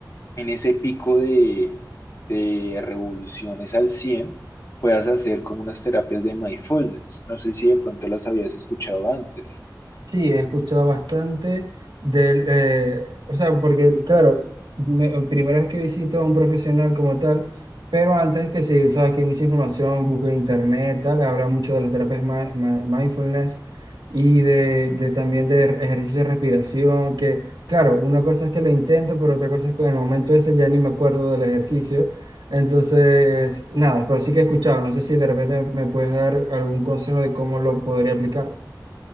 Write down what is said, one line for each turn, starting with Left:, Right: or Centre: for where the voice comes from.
Left: en ese pico de, de revoluciones al 100, puedas hacer como unas terapias de mindfulness. No sé si de pronto las habías escuchado antes.
Right: Sí, he escuchado bastante del, eh, o sea, porque claro, me- primera vez que visito a un profesional como tal, pero antes que sí, sabes que hay mucha información, busco en internet, tal, habla mucho de las terapias mi- mi- mindfulness y de, de también de er-, ejercicio de respiración, que claro, una cosa es que lo intento, pero otra cosa es que en el momento ese ya ni me acuerdo del ejercicio. Entonces, nada, pero sí que he escuchado, no sé si de repente me puedes dar algún consejo de cómo lo podría aplicar.